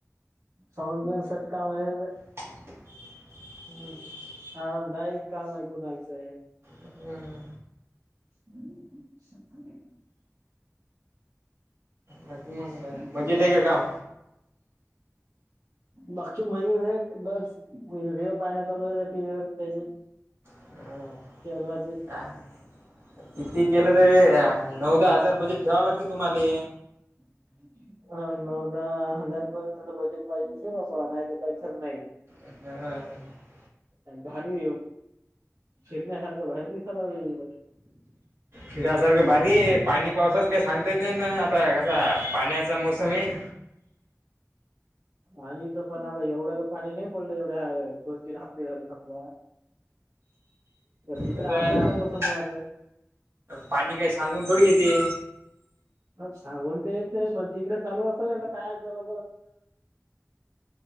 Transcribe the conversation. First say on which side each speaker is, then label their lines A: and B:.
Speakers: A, on the right; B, on the right.
A: सव दोनसषटका म्ह
B: हम्म
A: हा नाही काम आहेऐ कोणायचंय
B: अं,
A: ह् ह्
B: बाकी
A: <inaudible>
B: मग मजेत आहे का काम
A: बघचू मजे र बस व्हिडिओ पाहण्यात आलू आहे टी व्ही वर त्याचे
B: अं,
A: शेरणाचे
B: काय किती केलं तरी नऊदा हजार बजेट ठेवावं लागते तुम्हाला
A: ह् ह् ह नऊदाहा हजारपर्यंतच बजेट पाहिजे शेसं ना तर काही खरं नाही
B: हम् हम हम
A: भारी फिरण्यासारखं भहेर दिसालावले
B: फिरासारखं बारी आहे पाणी पावसाच काही सांगता येत नाही ना आता कसा पाण्याचा मोसम आहे
A: पाणी तर पण आता एवढं तर पाणी नाही पडलं एवढ्या दोन तीन हफ्ते झाले समजा तर तिकडे
B: कसं
A: असेल चालू समजा असं
B: पाणी काय सांगून थोडी येते
A: सांगोलता ये ते पण तिकडे चालू असेलय ना काय जर